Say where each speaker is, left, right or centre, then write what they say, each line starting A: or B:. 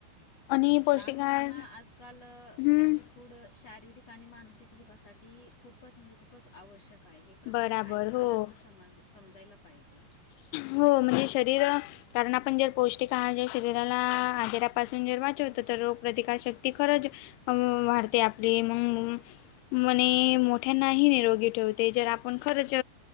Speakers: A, on the left; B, on the left.
A: आणि पौष्टिक
B: लहान मुलांना
A: आहार
B: आजकाल
A: हम्म
B: हेल्दी फु पुढं शारीरिक आणि मानसिक विकासासाठी खूपच म्हणजे खूपच आवश्यक. काय हे प्रत्येक
A: बराबर
B: आई वडलांना
A: हो
B: स समजाला पाहिजे.
A: हो म्हणजे शरीर कारण आपण जर पौष्टिक आहार शरीराला आजारापासन्. <unintelligible> तर रोग प्रतिकारशक्ती खरंच वाढते आपली मग. म्हणे मोठ्यांनाही निरोगी ठेवते जर आपण खरंच.